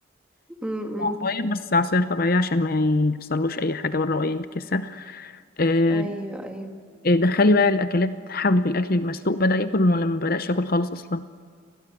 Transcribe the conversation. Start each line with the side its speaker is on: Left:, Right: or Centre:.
Centre: امم
Left: عصاير بس عصاير طبيعية عشان ما يحصلوش أي حاجة بره وأي انتكاسة آه
Centre: ايوه ايوه
Left: آه، دخلي بقى الأكلات حاولي في الأكل المسلوق بدأ ياكل ولا ما بدأش ياكل خالص أصلا